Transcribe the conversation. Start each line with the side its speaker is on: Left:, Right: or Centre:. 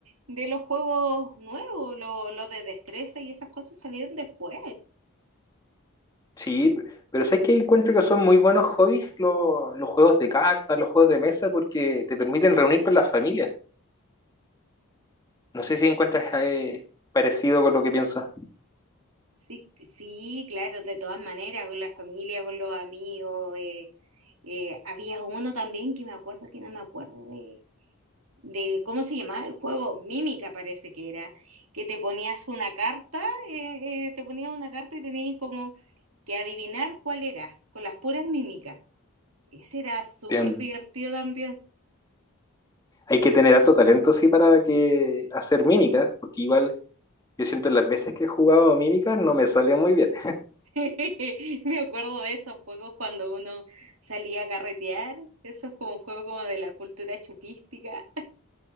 Right: de los juegos nuevos, lo, lo de destreza y esas cosas salieron después.
Left: Sí, pero sabes que encuentro que son muy buenos hobbies lo- los juegos de cartas, los juegos de mesa, porque te permiten reunir con las familias. No sé si encuentras eh, parecido con lo que pienso.
Right: Sí, sí, claro, de todas maneras, con la familia, con los amigos. eh, eh, había uno también que me acuerdo que no me acuerdo de. de ¿cómo se llamaba el juego? Mímica parece que era, que te ponías una carta, eh, eh, te ponías una carta y tenías como que adivinar cuál era, con las puras mímicas. Ese era súper
Left: Entiendo.
Right: divertido también.
Left: Hay que tener alto talento, sí, para que hacer mímicas, porque igual yo siento las veces que he jugado mímicas no me sale muy bien.
Right: <laughs> Me acuerdo de esos juegos cuando uno salía a carretear, esos como juegos como de la cultura chupística.